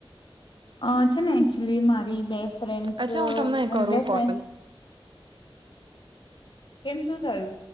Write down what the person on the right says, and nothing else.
અચ્છા હું તમને કરું
કોલ